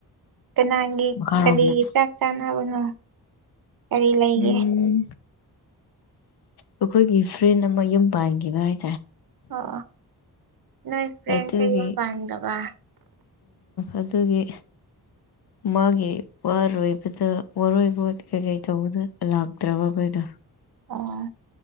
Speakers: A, on the right; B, on the left.
A: ꯀꯅꯥꯒꯤ
B: ꯃꯈꯥꯔꯣꯝꯗ
A: ꯀꯔꯤꯒꯤ ꯆꯥꯛ ꯆꯥꯅꯕꯅꯣ ꯀꯔꯤ ꯂꯩꯒꯦ
B: ꯎꯝ ꯑꯩꯈꯣꯏꯒꯤ ꯐ꯭ꯔꯦꯟ ꯑꯃ ꯌꯨꯝ ꯄꯥꯟꯈꯤꯕ ꯍꯥꯏ
A: ꯑꯣ ꯅꯣꯏ ꯐ꯭ꯔꯦꯟꯁꯦ
B: ꯑꯗꯨꯒꯤ
A: ꯌꯨꯝ ꯄꯥꯟꯗꯕ
B: ꯑꯗꯨꯒꯤ ꯃꯥꯒꯤ ꯋꯥꯔꯣꯏꯕꯗ ꯋꯥꯔꯣꯏꯕꯣ ꯀꯩꯀꯩ ꯇꯧꯕꯗ ꯂꯥꯛꯇ꯭ꯔꯕ ꯑꯩꯈꯣꯏꯗ
A: ꯑꯥ